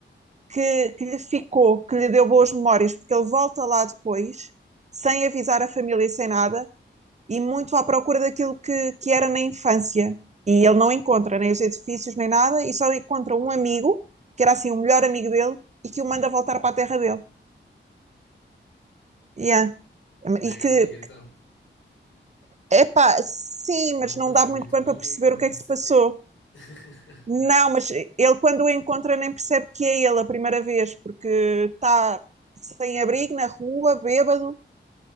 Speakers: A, on the right; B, on the left.
A: que, que lhe ficou, que lhe deu boas memórias, porque ele volta lá depois, sem avisar a família, sem nada, e muito à procura daquilo que, que era na infância. E ele não encontra nem os edifícios, nem nada, e só encontra um amigo, que era assim o melhor amigo dele, e que o manda voltar para a terra dele. Yeah.
B: Mega
A: E que
B: amigo, então.
A: Epá, sim,
B: Não,
A: mas não
B: não foi
A: dá muito
B: muito
A: bem
B: bom
A: para
B: amigo,
A: perceber
B: né, nesse
A: o que é que se
B: sentido.
A: passou.
B: <laughs>
A: Não, mas ele quando o encontra nem percebe que é ele a primeira vez, porque está sem abrigo na rua, bêbado.